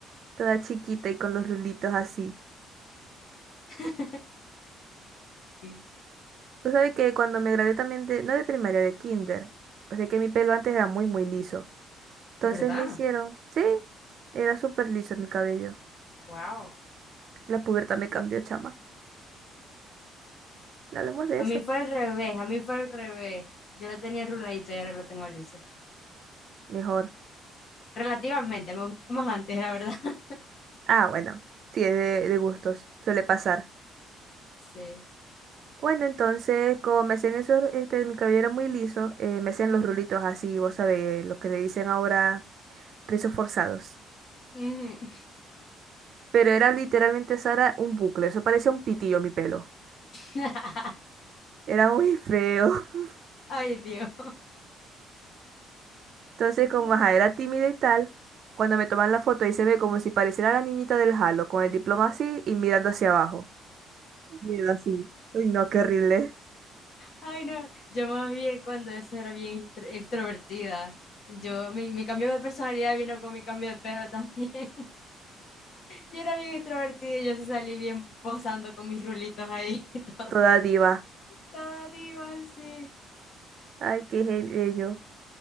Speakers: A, on the right; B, on the left.
A: toda chiquita y con los rulitos así.
B: <laughs> Sí,
A: Tú sabes que cuando me gradué también de, no de primaria, de kinder, o sea que mi pelo antes era muy, muy liso. Entonces
B: ¿verdad?
A: me hicieron, sí, era súper liso mi cabello.
B: Wow.
A: La pubertad me cambió, chama. No hablemos de
B: A
A: eso.
B: mí fue al revés, a mí fue al revés. Yo lo tenía ruladito y ahora lo tengo liso.
A: Mejor.
B: Relativamente, me gustó más antes, la verdad. <laughs>
A: Ah, bueno, sí, es de de gustos, suele pasar.
B: Sí.
A: Bueno, entonces, como me hacían eso, este, mi cabello era muy liso, eh, me hacían los rulitos así, vos sabés, lo que le dicen ahora rizos forzados.
B: Ujú.
A: Pero era literalmente, Sara, un bucle, eso parecía un pitillo mi pelo.
B: <laughs>
A: Era muy feo. <laughs>
B: Ay, Dios.
A: Entonces, como
B: Ay,
A: ajá, era tímida y tal, cuando me toman la foto, ahí se ve como si pareciera la niñita del Halo, con el diploma así y mirando hacia abajo. Miedo así. Uy, no, qué horrible.
B: ay, no, yo más bien cuando eso era bien extro- extrovertida. Yo, mi, mi cambio de personalidad vino con mi cambio de pelo también. <laughs> Yo era bien extrovertida y yo sí salí bien posando con mis rulitos ahí, <laughs> toda,
A: Toda diva.
B: toda diva sí.
A: Ay, qué gen- bello.